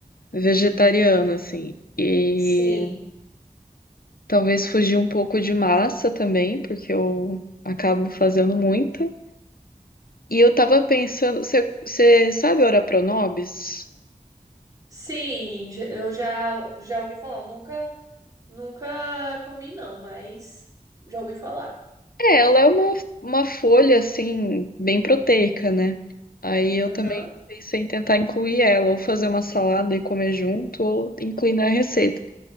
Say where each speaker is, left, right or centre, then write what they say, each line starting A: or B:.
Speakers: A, on the left; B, on the right.
A: vegetariano, assim, e...
B: Sim.
A: Talvez fugir um pouco de massa também, porque eu acabo fazendo muita. E eu tava pensando, você sabe ora pronobis?
B: Sim, já- eu já já ouvi falar, eu nunca nunca comi não, mas já ouvi falar.
A: É, ela é uma, uma folha, assim, bem proteica, né? Aí eu
B: Aham.
A: também pensei em tentar incluir ela, ou fazer uma salada e comer junto, ou incluir na receita.